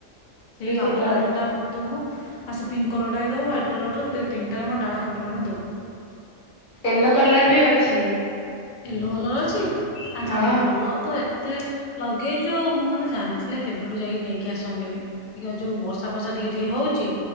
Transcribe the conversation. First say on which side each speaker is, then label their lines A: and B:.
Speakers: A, on the left; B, on the left.
A: ସେଇ <unintelligible>
B: ସେଇଟା ଅଛି
A: ଟା ମତେ ଦବୁ ଆଉ ସେ ପିଙ୍କ କଲରଟା ବି ଦବୁ। କଲର୍ ରୁ ସେଇ ତିନିଟା ମୋ ଡାଳ ଖଣ୍ଡେ ଖଣ୍ଡେ ଦେବୁ।
B: ୟେଲୋ କଲର ବି ଅଛି।
A: ୟେଲୋ କଲର ଅଛି? ଆ
B: ହଁ।
A: ତାହେଲେ ଭଲ ତୁ ଏ ତେ ଲଗେଇଛୁ ମୁଁ ହେଲେ ଜାଣିଥିଲେ କେବେଠୁ ଯାଇକି ନେଇକି ଆସନ୍ତିନି କି ଯୋଉ ବର୍ଷା ଫର୍ଷା ଟିକେ ଟିକେ ହଉଛି